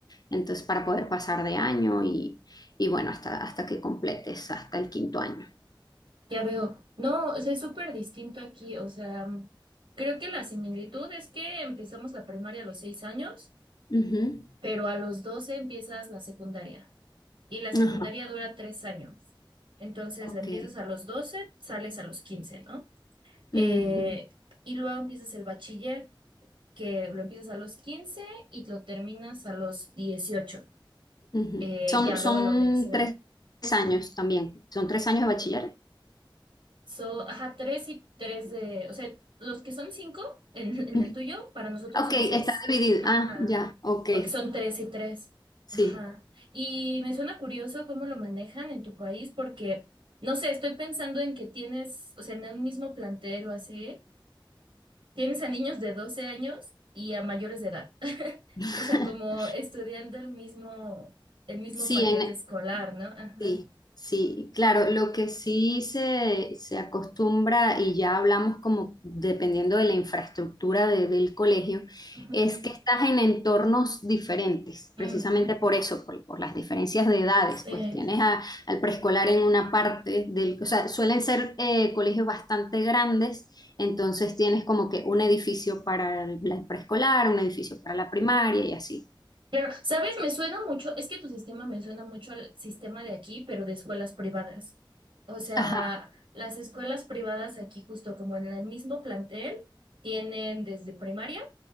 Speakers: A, on the left; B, on the right.
A: Entonces, para poder pasar de año y, y bueno, hasta, hasta que completes, hasta el quinto año.
B: ya veo. No, o sea, es súper distinto aquí. O sea, creo que la similitud es que empezamos la primaria a los seis años
A: Ujú.
B: pero a los 12 empiezas la secundaria y la secundaria
A: Ajá,
B: dura tres años. Entonces
A: ok.
B: la empiezas a los 12, sales a los 15, ¿no? Eh,
A: Ujú,
B: y luego empiezas el bachiller, que lo empiezas a los 15 y lo terminas a los 18.
A: ujú.
B: eh,
A: Son,
B: ya
A: son
B: luego la universidad.
A: tres años también, son tres años de bachiller.
B: So, ajá, tres y tres de, o sea, los que son cinco en, en
A: Ujú.
B: el tuyo, para nosotros
A: Ok,
B: son
A: está
B: seis.
A: dividido.
B: Ajá,
A: Ah, ya, ok.
B: porque son tres y tres.
A: Sí.
B: Ajá. Y me suena curioso cómo lo manejan en tu país, porque, no sé, estoy pensando en que tienes, o sea, en un mismo plantel o así, tienes a niños de 12 años y a mayores de edad. <laughs>
A: <laughs>
B: O sea, como estudiando el mismo, el mismo
A: Sí,
B: paquete
A: en,
B: escolar, ¿no? Ajá.
A: Sí, sí, claro, lo que sí se, se acostumbra, y ya hablamos como dependiendo de la infraestructura de- del colegio,
B: Ujú.
A: es que estás en entornos diferentes,
B: Mm,
A: precisamente
B: ujú.
A: por eso, por, por las diferencias de edades,
B: Sí.
A: pues tienes a- al preescolar en una parte del, o sea, suelen ser eh, colegios bastante grandes, entonces tienes como que un edificio para el el preescolar, un edificio para la primaria y así.
B: Claro, ¿sabes? Me suena mucho, es que tu sistema me suena mucho al sistema de aquí, pero de escuelas privadas. O sea,
A: Ajá.
B: las escuelas privadas aquí, justo como en el mismo plantel, tienen desde primaria